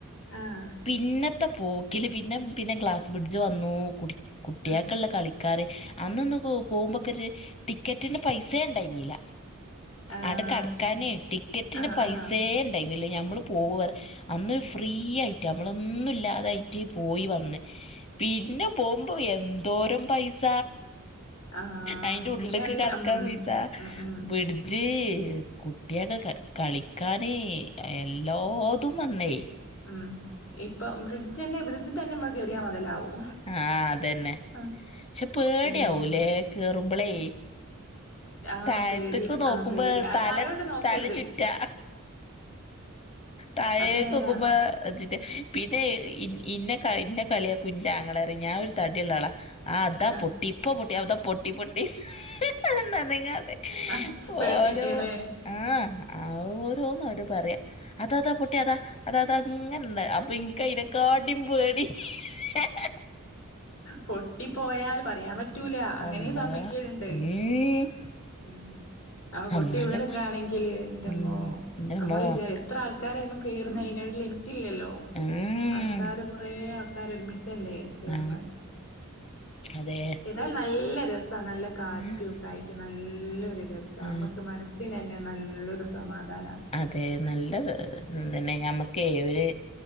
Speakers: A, on the left; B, on the left.
A: ആഹ്
B: പിന്നെ പോക്കില് പിന്നെ പിന്നെ ഗ്ലാസ് ബ്രിഡ്ജ് വന്നു കു കുട്ടിയൊക്കുള്ള
A: ആഹ്
B: കളി ക്കറ് അന്നൊന്ന പോകുമ്പക്കെ ഒരു ടിക്കറ്റിന് പൈസ ഉണ്ടായിന്നല
A: ആഹ്
B: അടെ കിടക്കാനേ
A: ശരി
B: ടിക്കറ്റിന്
A: ആഹ്
B: പൈസേ
A: ആഹ്
B: ഉണ്ടായി നഞമ്മള് പോകറ് അന്നരു ഫ്രീ ആയിട്ട് നമ്മളൊന്നും ഇല്ലാതായിട്ട് പോയി വന്ന് പിന്നെ പോകുമ്പോ എന്തോരം പൈസ
A: ആഹ്
B: അയിന്റെ ഉള്ളിലൊക്ക്
A: പിന്നെല്ല
B: കിടക്കാൻ
A: ഉം
B: പൈസ
A: ഉം ഉം
B: ബഡ്ജ് കുട്ടികക്ക് ക കളിക്കാന് എല്ലാതും വന്നേ.
A: ഉം ഇപ്പം ബ്രിഡ്ജ് തന്നെ ബ്രിഡ്ജി തന്നെ നമ്മൾ കേറിയാ മൊതലാവും.
B: ആ അതന്നെ
A: ആഹ്
B: പക്ഷെ പേടയാവൂലേ,
A: പിന്നെ
B: കേറുമ്പളേ?
A: ആഹ്
B: താഴത്തേക്ക്
A: പേടി
B: നോക്കുമ്പോ
A: ആഹ് പേടി ആ
B: തല
A: താഴോട്ട് നോക്കരുത്
B: തല ചുറ്റുവാ. താഴേക്ക്
A: അത് നേരാ
B: നോക്കുമ്പോതിന്റെ പിന്നെ ഇന്നേ ഇന്നേ കളിയാകുന്റാ. ങ്ങളറിയൊ ഞാനൊരു തടിള്ള ആളാ അതാ
A: ആഹ്
B: പൊട്ടി ഇപ്പൊ പൊട്ടി അതാ പൊട്ടി പൊട്ടി. <unintelligible>
A: ആഹ് പേടിപ്പിച്ചേല്ലേ
B: ഓരോന്ന് ആ ആവോ ഓരോന്ന് അവരു പറയാ അതാതാ പൊട്ടി അതാ അതാ അതങ്ങനണ്ട് അപ്പ എൻകയിനെക്കാട്ടിം പേടി <unintelligible>
A: പൊട്ടി പോയാൽ പറയാൻ പറ്റൂല അങ്ങനേം
B: അള്ളാ
A: സംഭവിക്കലുണ്ട്.
B: ഉം
A: ഉം ആ പൊട്ടി
B: അള്ളാന്റെ
A: വീണക്കാണെങ്കില്
B: ക-
A: എന്റമ്മോ
B: ഉം എന്റമ്മോ
A: നമ്മള് വിചാരി, എത്ര ആൾക്ക ആൾക്കാരയ്മേ കേറുന്നെ, അതിനൊരു ലിമിറ്റ് ഇല്ലല്ലോ.
B: ഉം
A: ആൾക്കാര് കൊറേ ആൾക്കാര് ഒരുമിച്ച് ച്ചല്ലേ കേറുന്നെ.
B: ആ അതെ
A: ഏതായാലും നല്ല രസ നല്ല കാറ്റുക്കെയായിട്ടു
B: ഉം
A: നല്ലൊരിതൊക്കെ നമ്മുക്ക്
B: ആ
A: മനസ്സിന് തന്നെ നല്ല നല്ലൊരു സമാധാനം.
B: അതെ നല്ലത് തന്നേ ഞമ്മക്കേ ഒരു